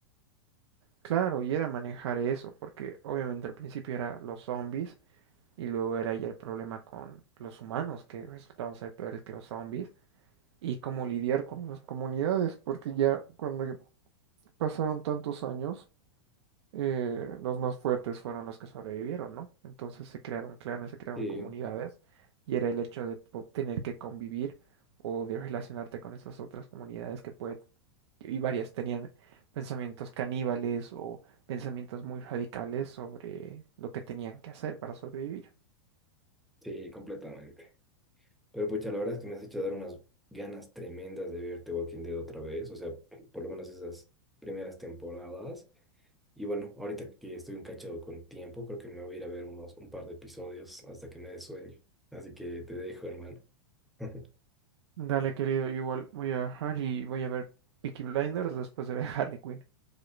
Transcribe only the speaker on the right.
Claro, y era manejar eso, porque obviamente al principio era los zombies y luego era ya el problema con los humanos que resultaban ser peores que los zombies. y cómo lidiar con las comunidades, porque ya cuando ya pasaron tantos años, eh, los más fuertes fueron los que sobrevivieron, ¿no? Entonces se crearon clanes, se crearon
comunidades, y era el hecho de po- tener que convivir o de relacionarte con esas otras comunidades que puede, y varias tenían pensamientos caníbales o pensamientos muy radicales sobre lo que tenían que hacer para sobrevivir.
Dale, querido, igual voy a dejar y voy a ver Peaky Blinders después de ver <laughs> Harley Quinn.